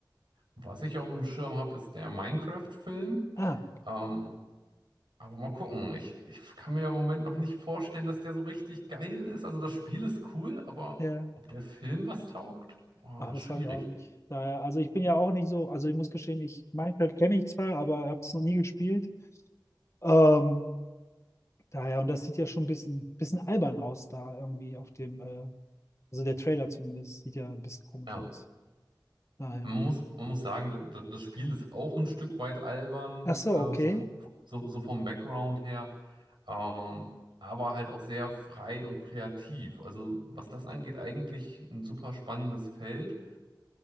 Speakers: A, on the right (about 75°); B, on the left (about 35°).
A: Was ich auf dem Schirm habe, ist der Minecraft-Film.
B: Ah,
A: Ähm, aber mal gucken. Ich, ich kann mir im Moment noch nicht vorstellen, dass der so richtig geil ist. Also das Spiel ist cool, aber
B: ja.
A: ob der Film was taugt? Oh,
B: Ach, das
A: schwierig.
B: weiß ich auch nicht. Daher, also ich bin ja auch nicht so, also ich muss gestehen, ich Minecraft kenne ich zwar, aber habe es noch nie gespielt. Ähm, daher, und das sieht ja schon ein bisschen, bisschen albern aus da irgendwie auf dem äh, Also der Trailer zumindest sieht ja ein bisschen komisch
A: Ja.
B: aus. Daher,
A: Man muss,
B: ja.
A: man muss sagen, d- das Spiel ist auch ein Stück weit albern,
B: Ach so,
A: äh,
B: okay.
A: so, vo- so, so vom Background her, ähm, aber halt auch sehr frei und kreativ. Also was das angeht, eigentlich ein super spannendes Feld.